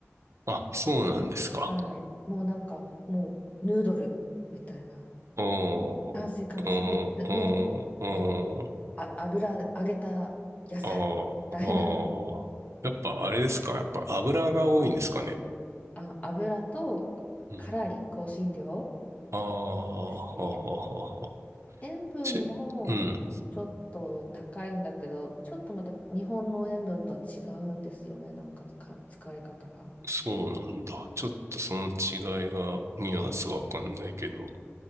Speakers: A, on the right; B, on the left.
A: あ、そうなんですか。
B: はい、もうなんかもうヌードルみたいな
A: ああ、
B: 炭水化物ヌ、
A: ああ、
B: ヌヌードル、
A: ああ、ああ。
B: ね、あ、油揚げた野菜みたいな
A: ああ、ああ。やっぱあれですかやっぱ油が多いんですかね。
B: <laughs> あ、油と辛い香辛料
A: うん。ああ、はははは。
B: ですね。塩分も多分ちょっと高いんだけど、
A: ち、うん。
B: ちょっとまた日本の塩分とは違うんですよね、なんか、か使い方が。
A: そうなんだ。ちょっとその違いが、ニュアンスがわかんないけど。